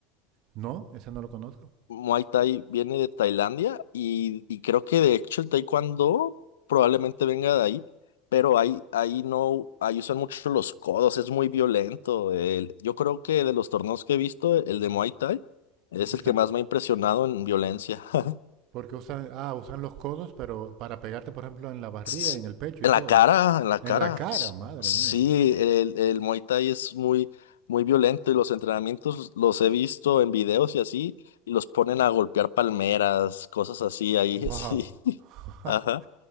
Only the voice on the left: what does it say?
Muay Thai viene de Tailandia y, y creo que de hecho el Taekwondo probablemente venga de ahí, pero ahí, ahí no, ahí usan mucho los codos, es muy violento. El- yo creo que de los torneos que he visto, el de Muay Thai es
el que
más me ha impresionado en violencia. <laughs>
s-
En
la cara, en la
cara.
s-
Sí,
el, el Muay Thai es muy, muy violento y los entrenamientos los he visto en videos y así, y los ponen a golpear palmeras, cosas así ahí,
<laughs> sí.
Ajá,